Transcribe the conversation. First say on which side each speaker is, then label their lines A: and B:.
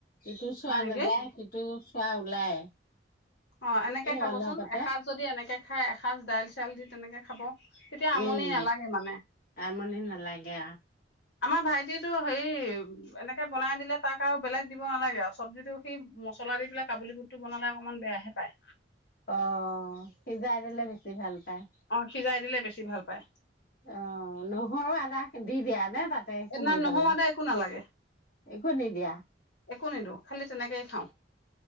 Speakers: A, on the left; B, on the left.
A: ইটো চোৱা
B: হয় নেকি
A: নাযায় সিটো চোৱা ওলাই
B: অ এনেকে
A: এই
B: খাবচোন
A: অলপতে
B: এসাঁজ যদি এনেকে খাই এসাঁজ দাইল চাইল দি তেনেকে খাব তেতিয়া আমনি
A: উম
B: নালাগে মানে
A: আমনি নালাগে
B: আমাৰ ভাইটিটো হেৰি উ এনেকে বনাই দিলে তাক আৰু বেলেগ দিব নালাগে আৰু চব্জিটো সি মছলা দি পেলাই কাবুলী বুটটো বনালে অকণমান বেয়াহে পায়
A: অ সিজাই দিলে বেছি ভাল পায়
B: অ সিজাই দিলে বেছি ভাল পায়।
A: অ নহৰু আদা দি দিয়া নে তাতে খুন্দি
B: এ নাই নহৰু
A: পেলাই
B: আদা একো নালাগে,
A: একো নিদিয়া
B: একো নিদো খালি তেনেকেই খাও।